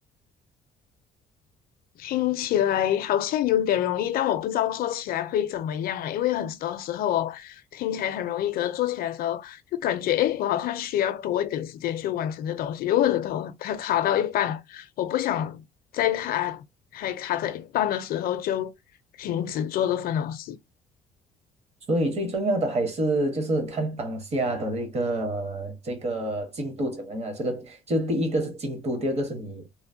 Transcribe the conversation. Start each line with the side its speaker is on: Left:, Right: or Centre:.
Left: 听起来好像有点容易，但我不知道做起来会怎么样啊，因为很多时候哦，听起来很容易，可是做起来的时候就感觉，诶，我好像需要多一点时间去完成这东西，又或者它它卡到一半，我不想在它还卡在一半的时候就停止做这份东西。
Right: 所以最重要的还是就是看当下的这个这个进度怎么样啊？这个就第一个是进度，第二个是你